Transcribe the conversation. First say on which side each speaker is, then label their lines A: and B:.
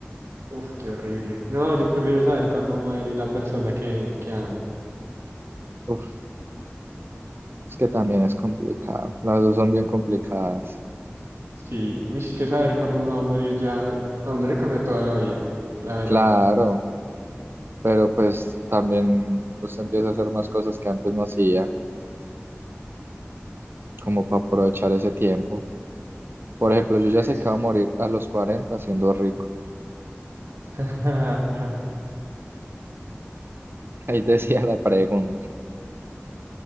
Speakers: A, on the right; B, on the right.
A: Uf, qué horrible. No, yo prefiero saber cuándo muere la persona que, que amo.
B: Uf, es que también es complicado. Las dos son bien complicadas.
A: Sí, uy, es que saber cuándo uno va a morir ya, a uno le cambia toda la vida, la verdad.
B: Claro, pero pues
A: Por eso,
B: también usted empieza a hacer más cosas que antes no hacía, como para aprovechar ese tiempo. Por ejemplo,
A: por
B: yo ya
A: eso.
B: sé que voy a morir a los 40 siendo rico.
A: <laughs>
B: Ahí decía la pregunta.